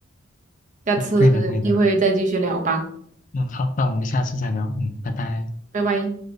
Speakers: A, on the right; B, on the left.
A: 下次有机会再继续聊吧，
B: 嗯，对的对的，嗯，好，那我们下次再聊，嗯，拜拜。
A: 拜拜。